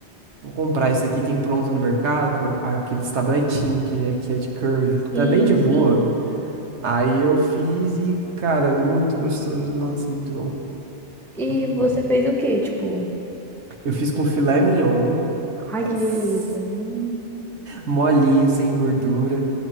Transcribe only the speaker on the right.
Vou comprar esse aqui, tem pronto no mercado, aqueles tabletinho que, é- que é de curry,
também de boa.
Aí eu fiz e, cara, muito gostoso. Nossa, muito bom.
Comi até.
Eu fiz com filé mignon, nossa,
molinho, sem gordura,